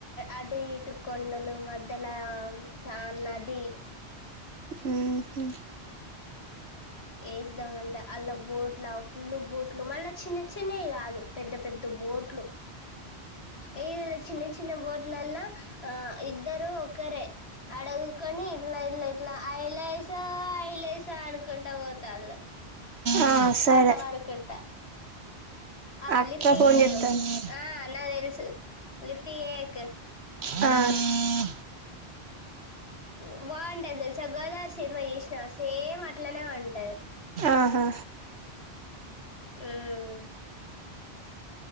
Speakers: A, on the left; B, on the right.
A: అటు ఇటు కొండలు మధ్యలో ఆ సా నది
B: ఉ
A: ఏక్ దమ్ అంటే అలా బోట్ల ఫుల్లు బోట్లు మళ్ళా చిన్న చిన్నవి కాదు పెద్ద పెద్ద పెద్ద బోట్లు ఈడా చిన్న చిన్న బోట్లల్లా ఆ ఇద్దరు ఒకరే అడగ కాని ఇట్లా ఇట్ల ఇట్ల ఎయిల్సా ఎయిల్సా అనుకుండా పోత అల్
B: ఆ సరే
A: పాట పాడు కుంట ఆ
B: అక్క
A: లిఫ్ట్
B: ఫోన్
A: ఏకు
B: చేత్తాంది
A: ఆ నా తెలుసు లిఫ్ట్ ఏయక్
B: ఆ
A: ర్ బాగుంటది తెలుసా గోదావరి సినిమా చూసిన సేమ్ అట్లనే ఉంటది
B: ఆహా
A: ఉమ్